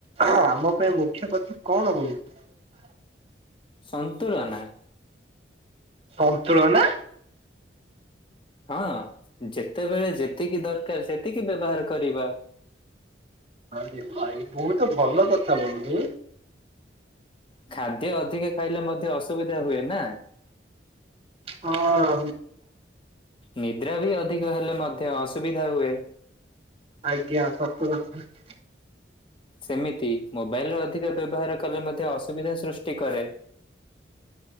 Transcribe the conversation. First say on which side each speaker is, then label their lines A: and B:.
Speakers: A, on the right (about 30°); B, on the left (about 30°).
A: ଆମ ପାଇଁ ମୁଖ୍ୟ କଥା କଣ? <unintelligible>
B: ସନ୍ତୁନା
A: ସନ୍ତୁଳ ନା।
B: ହଁ, ଯେତେବେଳେ ଯେତିକି ଦରକାର ସେତିକି ବ୍ୟବହାର କରିବା।
A: ହ ଭାଇ ବହୁତ ଭଲ କଥା ବନ୍ଧୁ।
B: ଖାଦ୍ୟ ଅଧିକା ଖାଇଲେ ମଧ୍ୟ ଅସୁବିଧା ହୁଏ ନା,
A: ହଁ।
B: ନିଦ୍ରା ବି ଅଧିକ ହେଲେ ମଧ୍ୟ, ଅସୁବିଧା ହୁଏ।
A: <unintelligible>
B: ସେମିତି ମୋବାଇଲ ର ଅଧିକ ବ୍ୟବହାର କଲେ ମଧ୍ୟ ଅସୁବିଧା ସୃଷ୍ଟି କରେ।